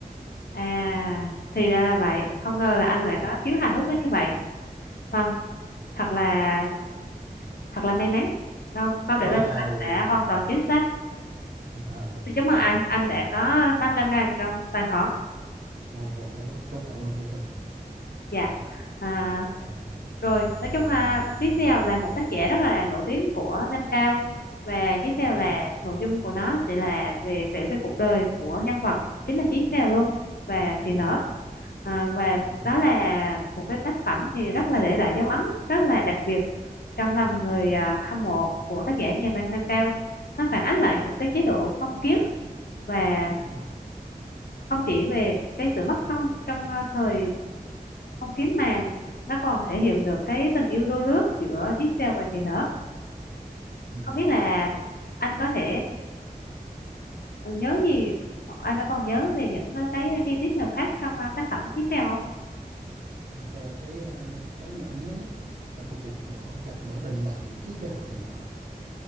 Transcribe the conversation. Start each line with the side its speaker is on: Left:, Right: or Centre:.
Left: à thì ra là vậy không ngờ là anh lại
Right: ừ.
Left: có khiếu hài hước đến như vậy vâng thật là Thật là may mắn. Đâu, câu trả
Right: wow
Left: lời của anh đã hoàn toàn chính xác.
Right: wow
Left: Xin chúc mừng anh, anh đã có năm trăm ngàn trong tài khoản.
Right: và và rất, rất rất cảm ơn chương trình
Left: Dạ. À,
Right: à,
Left: rồi, nói chung là Tiếp theo là một tác giả rất là nổi tiếng của Nam Cao. Và Tiếp theo
Right: ừ,
Left: là nội dung của nó sẽ là về kể về cuộc đời của nhân vật chính là Tiếp Phèo luôn và Thị Nở.
Right: ừ,
Left: À, và
Right: đúng
Left: đó
Right: rồi
Left: là một cái tác phẩm thì rất là để lại dấu ấn rất là đặc biệt trong lòng người à, hâm mộ của tác giả nhà văn Nam Cao nó phản ánh lại
Right: ừ,
Left: những cái chế độ phong kiến và
Right: đúng rồi
Left: không chỉ về cái sự bất công trong ờ, thời phong kiến mà nó còn thể hiện được cái tình yêu đôi lứa giữa Chí Phèo và Thị Nở
Right: ừ.
Left: không biết là anh có thể ờ, nhớ gì hoặc anh có còn nhớ về những ờ, cái chi tiết nào khác trong ờ, tác phẩm Chí Phèo không
Right: thật ra cái à, cái mà anh nhớ nhất là cái cuộc gỡ, gặp gỡ định mệnh giữa Chí Phèo và Thị Nở